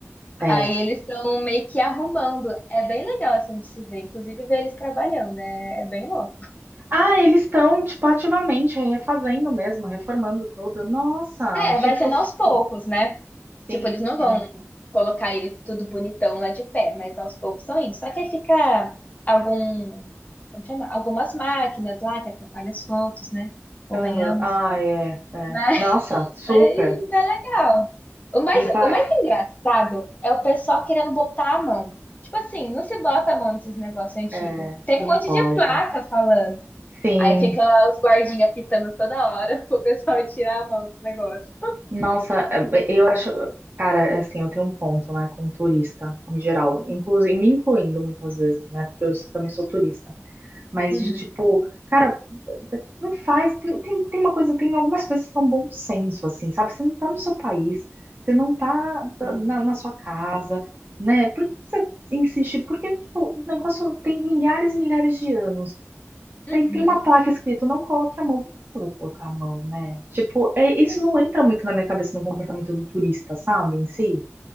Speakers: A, on the right; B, on the left.
A: É.
B: Aí eles estão meio que arrumando. É bem legal assim de se ver, inclusive ver eles trabalhando, é, é bem louco.
A: Ah, eles estão, tipo, ativamente refazendo mesmo, reformando tudo. Nossa,
B: É,
A: achei
B: vai
A: que
B: sendo
A: fosse,
B: aos
A: tipo,
B: poucos, né?
A: sim,
B: Tipo, eles não
A: sim.
B: vão colocar ele tudo bonitão lá de pé, mas aos poucos estão indo. Só que aí fica algum, como chama? Algumas máquinas lá que atrapalham as fotos, né? Convenhamos.
A: Aham. Ah, é, é.
B: Mas
A: Nossa, super.
B: mas é legal. O mais,
A: Impa...
B: o mais engraçado é o pessoal querendo botar a mão. Tipo assim, não se bota a mão nesses negócios antigos.
A: É,
B: Tem
A: não
B: um monte
A: pode.
B: de placa falando.
A: Sim.
B: Aí fica lá os guardinhas pitando toda hora <laughs> pro pessoal tirar a mão do negócio.
A: Nossa, eu acho... Cara, é assim, eu tenho um ponto, né, com turista, em geral. Inclusive, me incluindo muitas vezes, né, porque eu também sou turista. mas
B: Uhum.
A: de tipo, cara, não faz. Tem, tem, tem uma coisa, tem algumas coisas que são bom senso, assim, sabe? Você não tá no seu país, você não tá tá
B: Hum.
A: na, na sua casa, né? Por que que você insiste? Porque, tipo, o negócio tem milhares e milhares de anos.
B: Uhum.
A: Tem, tem uma placa escrito, não coloque a mão. Por que você vai colocar a mão, né? Tipo, é, isso
B: E,
A: não entra muito na minha cabeça no comportamento do turista, sabe? Em si.